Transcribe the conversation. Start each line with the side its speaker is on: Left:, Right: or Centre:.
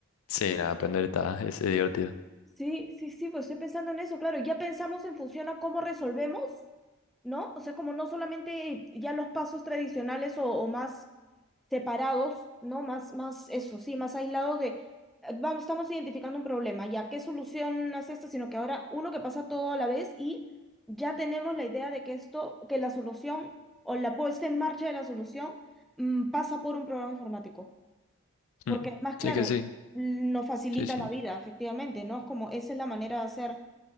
Left: Sí, nada, aprender está, es divertido.
Centre: Sí, sí, sí, pues estoy pensando en eso, claro, ya pensamos en función a cómo resolvemos, ¿no? O sea, como no solamente ya los pasos tradicionales o, o más separados, ¿no? Más, más eso, sí, más aislados de, eh, vamos, estamos identificando un problema, ya, ¿qué solución hace esta? Sino que ahora uno que pasa todo a la vez y ya tenemos la idea de que esto, que la solución o la puesta en marcha de la solución, mm, pasa por un programa informático. Porque
Left: Mm,
Centre: además, claro,
Left: Sí que sí,
Centre: nos facilita
Left: sí, sí,
Centre: la vida, efectivamente, ¿no? Es como esa es la manera de hacer,